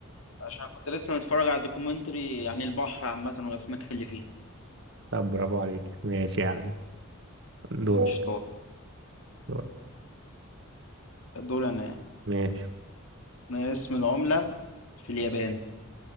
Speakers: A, on the left; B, on the right.
A: عشان كنت لسه متفرج على دوكيومنتري عن البحر عامة والأسماك اللي فيه
B: <laughs> طب برافو عليك ماشي يا عم دورك
A: شطار
B: دورك
A: دول أنا يعني
B: ماشي
A: أنا اسم العملة في اليابان